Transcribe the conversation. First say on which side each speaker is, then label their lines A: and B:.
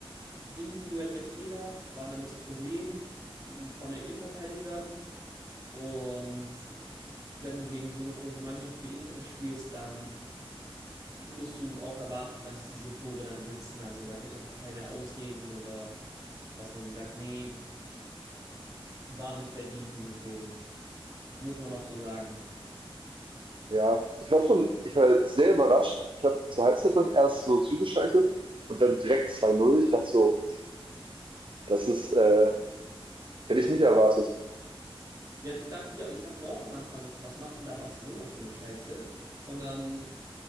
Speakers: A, on the right (about 40°); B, on the right (about 60°).
A: Individuelle Fehler waren dann das Problem von den Innenverteidigern. Und wenn du gegen so eine große Mannschaft wie Inter spielst, dann musst du auch erwarten, dass diese Tore dann sitzen. Also da gibt es auch keine Ausreden oder dass man sich sagt, nee, die waren nicht verdient, diese Tore. Muss man auch so sagen.
B: Ja, ich war schon, ich war sehr überrascht. Ich habe zur Halbzeit dann erst so zugeschaltet und dann direkt 2-0. Ich dachte so, das ist, äh, hätte ich nicht erwartet.
A: Ja, da dachte ich, auch- ich dachte mir auch am Anfang, was macht denn da Barcelona für eine Scheiße? Und dann, und